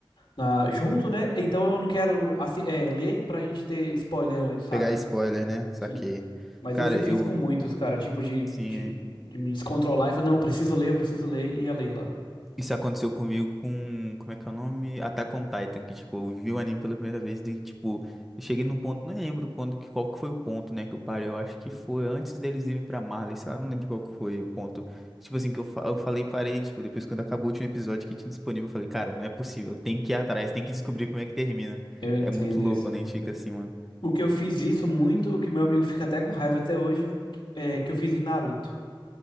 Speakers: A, on the left (about 70°); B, in the centre.
A: na, junto, né? Então eu não quero assi- é, ler pra gente ter spoiler antes, sabe?
B: Pegar spoiler, né? Saquei.
A: Sim. Mas
B: Cara,
A: eu fiz isso
B: eu.
A: com muitos, cara. Tipo, de,
B: Sim.
A: de, de me descontrolar e falar, não, eu preciso ler, eu preciso ler, e ia ler lá.
B: Isso aconteceu comigo com, como é que é o nome? Attack on Titan, que, tipo, eu vi o anime pela primeira vez e, tipo, eu cheguei num ponto, não lembro quando, que, qual que foi o ponto, né, que eu parei, eu acho que foi antes deles irem pra Marley, sei lá, não lembro qual que foi o ponto, tipo assim, que eu, fa- eu falei, parei, tipo, depois quando acabou o último episódio que tinha disponível, eu falei, cara, não é possível, tem que ir atrás, tem que descobrir como é que termina,
A: Eu entendo
B: é muito louco
A: isso.
B: quando a gente fica assim, mano.
A: O que eu fiz isso muito, o que meu amigo fica até com raiva até hoje, que- é que eu fiz em Naruto.